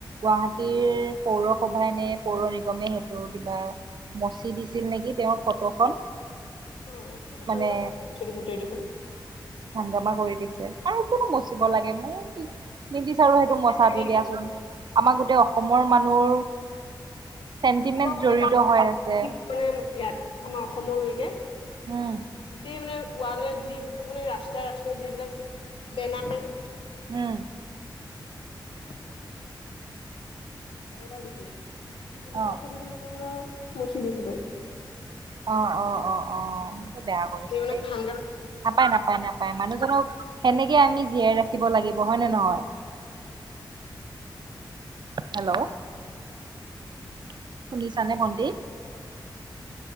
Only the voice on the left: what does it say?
অ
হাংগা দেপুট দেখোন।
এই
য
কি মানে ইয়াত আমাৰ অসমলৈ কি?
গোটেই মানে ৱাল যি মো ৰাস্ত ৰাস্তাৰ যিবিলাক বেনাৰ
এবিলাক মানে। <inaudible> জুবিন
দা ফটো টো মচি দিছিল যে।
সি মানে
সাংঘা